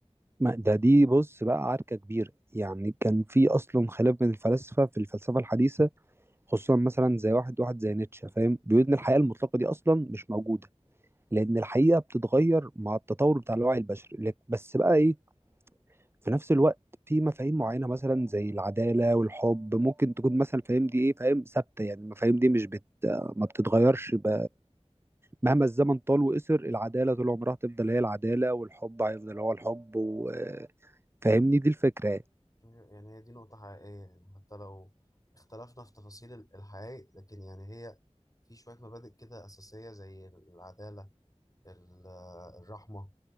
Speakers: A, on the right; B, on the left.
A: ما- ده دي بص بقى عركة كبيرة يعني كان في أصلا خلاف بين الفلاسفة في الفلسفة الحديثة خصوصا مثلا زي واحد واحد زي نيتشه فاهم بيقول ان الحقيقه المطلقه دي اصلا مش موجوده لان الحقيقه بتتغير مع التطور بتاع الوعي البشري لك- بس بقى ايه في نفس الوقت في مفاهيم معينه مثلا زي العداله والحب ممكن تكون مثلا فاهم دي ايه فاهم ثابته يعني المفاهيم دي مش بت ما بتتغيرش ب... مهما الزمن طال وقصر العداله
B: ايوه
A: طول عمرها تفضل هي العداله والحب هيفضل هو الحب و... فاهمني دي الفكره يعني.
B: أيوة، يعني هي دي نقطة حقيقية يعني حتى لو اختلفنا في تفاصيل ال- الحقائق لكن يعني هي في شوية مبادئ كده أساسية زي العدالة ال- الرحمة